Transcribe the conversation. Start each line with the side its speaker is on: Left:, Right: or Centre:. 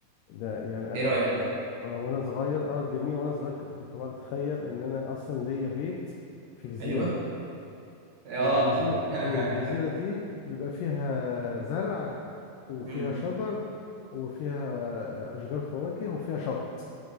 Left: ده يعني
Right: ايه
Left: انا
Right: رايك
Left: آه، وانا صغير اه جميل وانا صغير كده كنت بقعد اتخيل ان انا اصلا ليا بيت في جزيره
Right: ايوه اه
Left: والجزيره
Right: <laughs>
Left: آه، والجزيره دي بيبقى فيها زرع وفيها
Right: مم.
Left: شجر وفيها آه، اشجار فواكه وفيها شط